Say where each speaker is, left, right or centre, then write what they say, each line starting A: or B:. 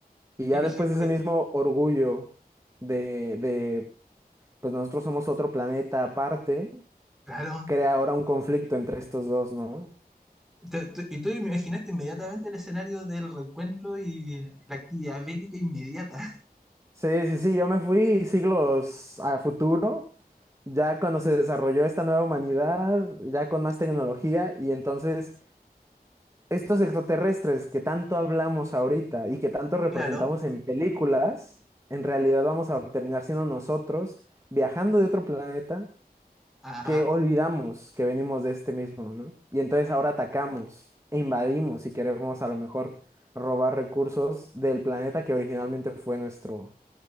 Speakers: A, on the right (about 20°); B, in the centre.
A: Y ya
B: ¿Qué dije?
A: después
B: Pues,
A: ese mismo orgullo de, de, pues nosotros somos otro planeta aparte,
B: claro.
A: crea ahora un conflicto entre estos dos, ¿no?
B: Te- te- Y tú imaginaste inmediatamente el escenario del reencuentro y la actividad bélica inmediata. <laughs>
A: Sí, sí, sí, yo me fui siglos a futuro ya cuando se desarrolló esta nueva humanidad, ya con más tecnología, y entonces estos extraterrestres que tanto hablamos ahorita y que tanto representamos
B: Claro,
A: en películas, en realidad vamos a terminar siendo nosotros viajando de otro planeta
B: ajá.
A: que olvidamos que venimos de este mismo, ¿no? Y entonces ahora atacamos e invadimos y queremos a lo mejor robar recursos del planeta que originalmente fue nuestro,